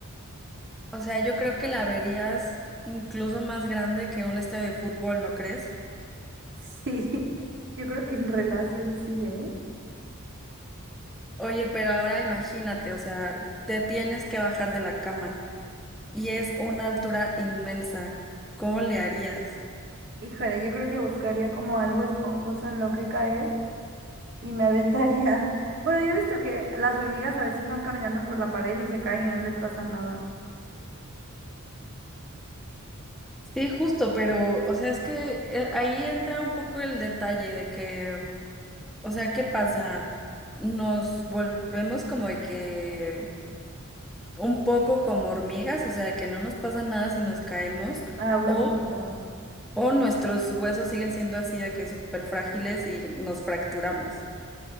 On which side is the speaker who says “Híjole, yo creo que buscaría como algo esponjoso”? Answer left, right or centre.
Right